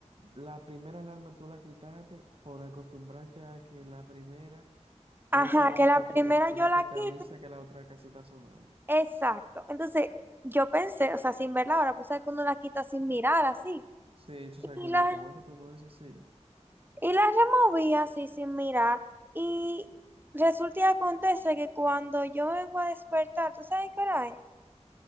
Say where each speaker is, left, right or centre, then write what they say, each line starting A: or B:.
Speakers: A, on the right; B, on the right.
A: la primera alarma tú la quitaste por acostumbrarte a que la primera es
B: Ajá,
A: la
B: que la
A: que te,
B: primera
A: la
B: yo la
A: que te
B: quito.
A: avisa que la otra casi está sonando.
B: Exacto. Entonces, yo pensé, o sea, sin verla ahora, pues que uno la quita sin mirar así.
A: Sí, tú sabes
B: Y
A: que un
B: la,
A: automático con eso sí.
B: y la removí así sin mirar. Y resulta y acontece que cuando yo vengo a despertar, ¿tú sabes qué hora es?